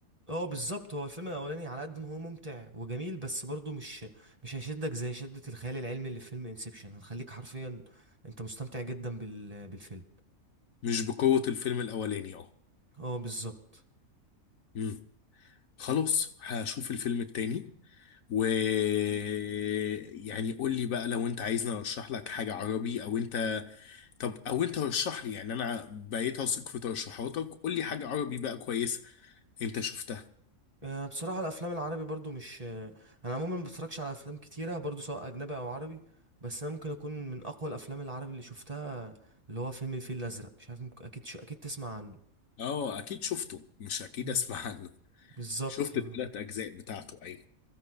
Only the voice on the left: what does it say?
مش بقوة الفيلم الاولاني اه
امم خلاص هشوف الفيلم التاني و <laughs> يعني قول لي بقى لو انت عايزني ارشح لك حاجة عربي او انت طب او انت رشح لي يعني انا بقيت اثق في ترشيحاتك قول لي حاجة عربي بقى كويسة انت شفتها
اه اكيد شفته مش اكيد
اسمع عنه
شفت
الثلاث اجزاء بتاعته ايوه